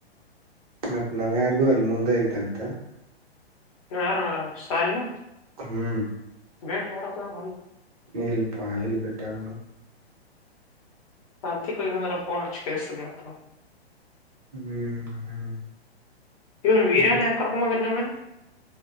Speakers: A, on the right; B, on the left.
A: ಮತ್ತ್ ನಾವ್ಯಾರ್ದು ಅಲ್ಲಿ ಮುಂದೆ ಐತ ಅಂತ
B: ಯಾರು ಶಾಲಿನ
A: ಹ್ಮ್
B: ಬೇಟ ಯಾರತದ ಭಿ <unintelligible>
A: ನೀಲ್ಲಿಪ ಎಲ್ಲಿಪಟ್ಟಾಗನು <unintelligible>
B: ಆಾರತಿ ಕೊ ಮ ಫೋನ್ ಆಚಕಸನೆಪ್ಪ
A: ಹ್ಮ್ ಹ್ಮ್
B: <inaudible> ಇವನ್ ವೀರ್ಯನು
A: ಹ್ಮ್
B: ಯಾಕೆ ಕರ್ಕೊಂಡು ಬನಿದ್ರಿ ಇವ್ನ್